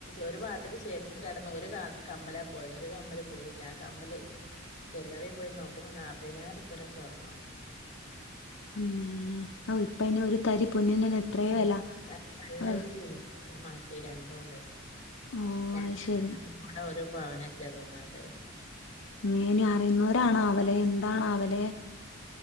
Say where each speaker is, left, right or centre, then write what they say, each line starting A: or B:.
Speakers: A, on the left; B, on the left.
A: ഒരു ഭാത്തെക്ക്‌ ചെരിഞ്ഞ് കെടന്ന് ഒരു കമ്മലാ പോയത് ഒരു കമ്മല് പോയില്ല ആ കമ്മല് ചല്ലറെ പോയി നോ ക്കുമ്പോ നാപ്പയിനായിരംറുപ്യിടെ സ്വർണം
B: ഉമ്മേ ആ ഇപ്പ അനെ ഒരു തരി പൊന്നിനെന്നെ എത്രേ
A: ഉം
B: വെല
A: ഞ്ഞ നല്ലൊരു
B: അഹ്
A: ജിമിക്കി മാട്ടി ര ട്ടോണ്ടെ
B: ഓഹ്
A: <unintelligible>
B: അയ്ശരി
A: ഒരു പ അവനറ്റാ തോന്നണ്ടേ
B: <unintelligible> അറിയുന്നവരാണ അവലെ എന്താണ് അവലെ